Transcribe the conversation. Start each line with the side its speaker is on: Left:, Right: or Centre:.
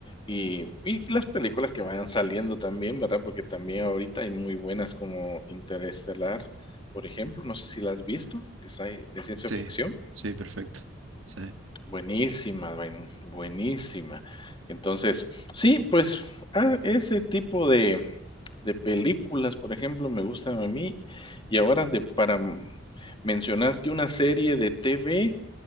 Left: Y, y las películas que vayan saliendo también, ¿verdad? Porque también ahorita hay muy buenas como Interestelar, por ejemplo. No sé si la has visto, de, sci- de ciencia
Right: Sí,
Left: ficción.
Right: sí, perfecto. Sí.
Left: Buenísima, buen- buenísima. Entonces, sí, pues ah, ese tipo de películas, por ejemplo, me gustan a mí. Y ahora de para, mm, mencionarte una serie de TV,